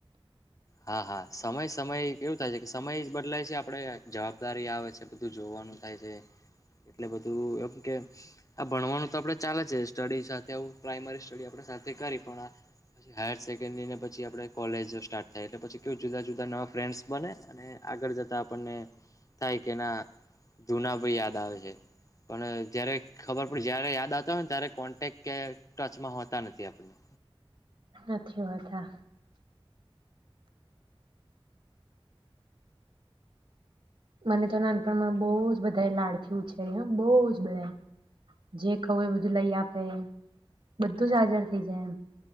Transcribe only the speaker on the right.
સાચી વાત, હા. મને તો નાનપણમાં બહુ જ બધાયે લાડથી ઉછેરી ને બહુ જ બધાયે જે કહું એ બધું લઈ આપે, બધું જ હાજર થઈ જાય.